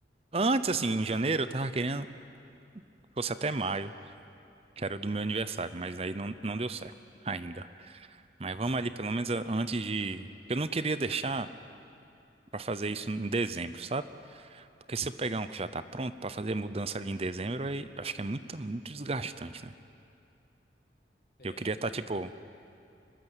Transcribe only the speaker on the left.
É,
e fim
do,